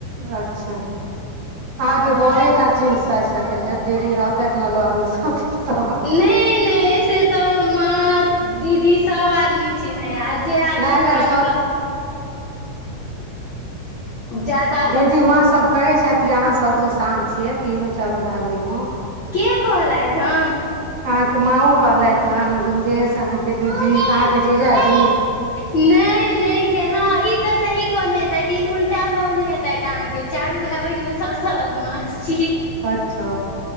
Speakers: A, on the right; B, on the left.
A: अच्छा, अहाँके
B: हँ
A: बरेटा चिन्ह सकैत छथि। डेली रहतथि ने लऽगमे सुतल तखन
B: नइॅं- नइॅं से तऽ हम माँ, दीदी सब आदमी चिन्हैयए जे आदमी
A: नहि
B: हमरा
A: नहि सभ
B: मतलब जादा
A: दीदी माँ सभ कहै छथि कि अहाँ सभसॅं शान्त छियै तीनू चारू भाइ-बहिनमे
B: के कहलथि हन
A: अहाँके माँओ कहलथि हन, गुंजेश अहाँ के दीदी अहाँके जीजा जी?
B: नहि के हँ ई तऽ सही कहने हेतथि, ई उल्टा कहने हेतथि अहाँके चारू भाइ-बहिनमे सबसँ बदमास छी
A: अच्छा,